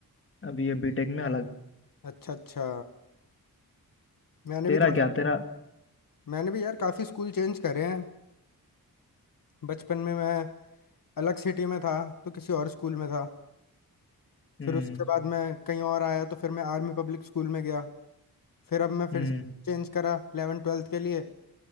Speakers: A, on the left (about 35°); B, on the left (about 65°).
A: अभी ये बीटेक में अलग
B: अच्छा अच्छा मैंने
A: तेरा
B: भी का,
A: क्या तेरा
B: मैंने भी यार काफ़ी स्कूल चेंज करे हैं बचपन में मैं अलग सिटी में था तो किसी और स्कूल में था
A: हम्म
B: फिर उसके बाद मैं कहीं और आया तो फिर मैं आर्मी पब्लिक स्कूल में गया फिर अब मैं
A: हम्म
B: फिर से चेंज करा 11 ट्वेल्थ के लिए